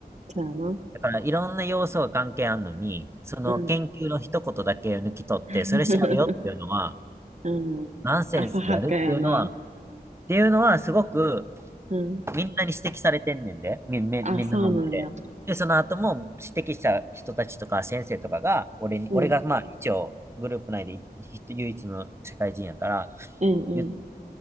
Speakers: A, on the right; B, on the right.
A: そうやな。
B: だからいろんな要素が関係あるのに、その研究の一言だけを抜き取って、
A: うん。<laughs>
B: それ調べようっていうのは、
A: うん。
B: ナンセンスであるっていうのは、
A: 浅はかやな。
B: っていうのはすごく
A: うん。
B: みんなに指摘されてんねんで、み、み、
A: あ、
B: みんなの目で。
A: そうなんや。
B: で、その後も指摘した人たちとか先生とかが、俺に、
A: うん。
B: 俺がまあ一応グループ内で一唯一の社会人やから、
A: うん、
B: 言って、
A: うん。